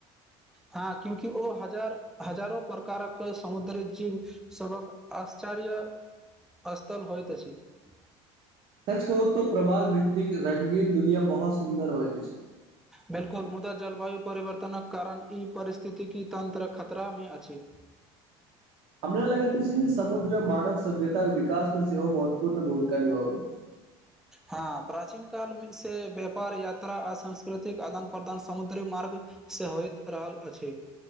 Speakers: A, in the centre; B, on the right.
A: हँ क्यूंकि ओ हजार हजारो प्रकारक समुद्री जीव सबक आश्च्य कार्य स्थल होइत अछि अछि
B: सच कहू तो प्रबाल भित्तिक रंगीन दुनिया बहुत सुन्दर होइी
A: बिल्कुल मुदा जलवायु परिवर्तनक कारण ई परिस्थितिकी तन्त्र खतरा मे अछि
B: हमरा लगत अछि समुद्र मानव सभ्यता के विकास मे सेहो महत्वपूर्ण भूमिका कन भन
A: हँ प्राचीन काल से व्यापार यात्रा आ सांस्कृतिक आदान प्रदान समुद्री मार्ग से होइत रहल अछि